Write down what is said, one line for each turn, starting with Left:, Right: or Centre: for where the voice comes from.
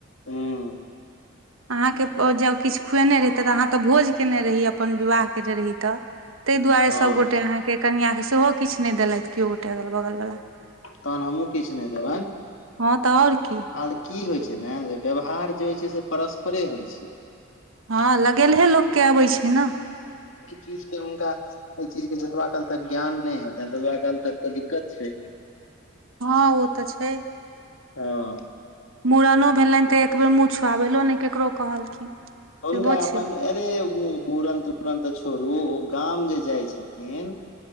Left: ह
Right: अहाँके- ओ जँ किछु खुएने रहहितै तऽ, अहाँ तऽ भोज केने रहीयै अपन विवाह केने रहीय तऽ। तै दुआरे
Left: हँ
Right: सबगोटे अहाँके कनिआके सेहो किछु नहि देलथि केओ गोटे अगल बगल बला।
Left: तहन हमहुँ किछ नई देबैन
Right: हँ तऽ आओर की
Left: आर की होइ छै। मैंगे व्यवहार जे होइ छै, से परस्परे होइ छै।
Right: हँ लगेलहे लोकके अबै छै न।
Left: ई चीज के हुनका। ऐ चीज के जेतबा काल तक ज्ञान नहि हेतेन तेतबा काल तक तऽ, दिक्कत छै।
Right: हँ ओ तऽ छै।
Left: हँ।
Right: मूड़नो भेलैन तऽ, एक बेेर मुँह छुआबैलो नइ ककरो कहलखिन।
Left: हुनका
Right: सेहो छै
Left: अपन अरे मूड़न, तूड़न तऽ, छोड़ू ओ गाम जे जाइ छथिन।